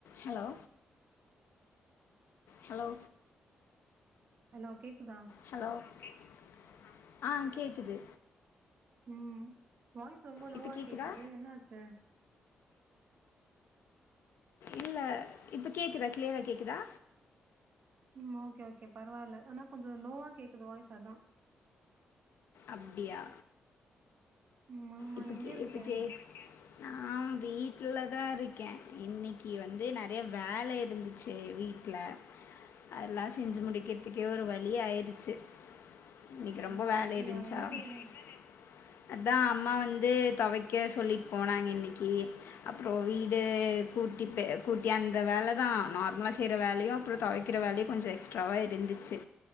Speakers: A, on the left; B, on the right.
A: Hello hello
B: hello கேக்குதா
A: hello கேக் ஆ கேக்குது
B: ம் வாய்ஸ் ரொம்ப லோவா
A: இப்போ கேட்குதா
B: கேக்குது என்னாச்சு
A: இல்ல இப்ப கேக்குதா கிளியரா கேக்குதா
B: ம் ஓக்கே ஓக்கே பரவால்ல ஆனா கொஞ்சோ லோவா கேக்குது வாய்ஸ் அத்தா
A: அப்டியா
B: ம் ஆமா
A: இப்பத்தி
B: எங்க இருக்க
A: இப்பத்தியே எங்க இருக்க வீட்லதா இருக்கே இன்னிக்கி வந்து நெறைய வேல இருந்துச்சு வீட்ல அதெல்லா செஞ்சு முடிக்றதுக்கே ஒரு வழி ஆயிறிச்சு இன்னக்கி ரொம்ப
B: ஓ
A: வேல
B: அப்டியா
A: இருன்ச்சா அப்டியா
B: வேல
A: என்ன அது அத்தா அம்மா வந்து தொவைக்க சொல்லிட்டு போனாங்க இன்னிக்கு அப்றோ வீடு கூட்டி பெ கூட்டி அந்த வேலதா நார்மலா செய்ற வேலயு அப்றோ தொவைக் கிற வேலையு கொஞ்சோ எக்ஸ்ட்ராவா இருந்துச்சு